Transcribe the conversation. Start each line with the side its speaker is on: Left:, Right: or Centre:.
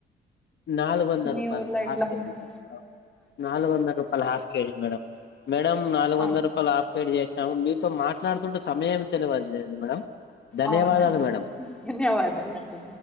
Left: నాలుగొందలు
Centre: మీ
Left: రూపాయల్
Centre: ఊర్లో ఎట్లా
Left: హాఫ్ కేజీ
Centre: ఉన్నది
Left: మే నాలుగు వంద రూపాయల్ హాఫ్ కేజి మేడ మేడం నాలుగు వందల
Centre: అవును
Left: రూపాయలు హఫ్ గైడ్ చేసాము మీతో మాట్లాడుతుంటే సమయం తెలువట్లే మేడం ధన్యవాదాలు
Centre: అవునా
Left: మేడం
Centre: ధన్యవాదాలాండి